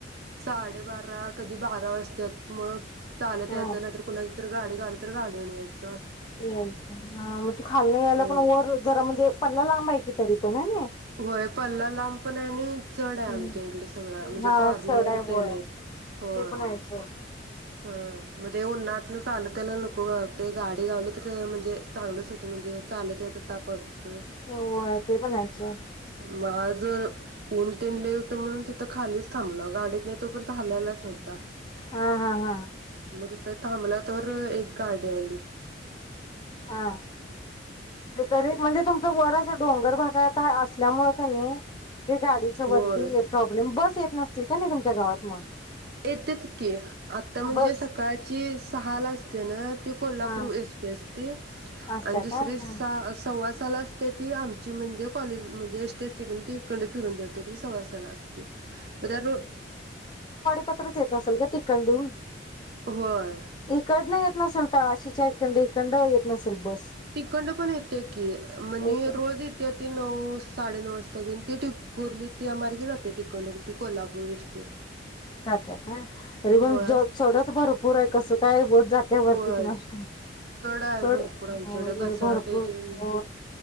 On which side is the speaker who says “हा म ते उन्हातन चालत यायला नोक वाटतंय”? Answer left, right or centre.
Right